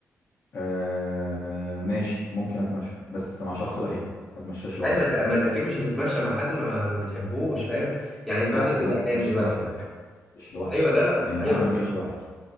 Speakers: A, on the left (about 50°); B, in the centre.
A: آه آه، ماشي ممكن اتمشى بس مع شخص بحبه ما اتمشاش لوحدي
B: ايوه ما انت ما انت اكيد مش هتتمشى مع حد ما ما ما بتحبوش فاهم يعني انت
A: لا
B: مثلا انت
A: لا
B: زهقان
A: مش
B: دلوقتي
A: لوحدك
B: فاهم
A: مش لوحدك
B: ايوه لا لا
A: يعني
B: ايوه
A: انا ما بمشيش لوحدي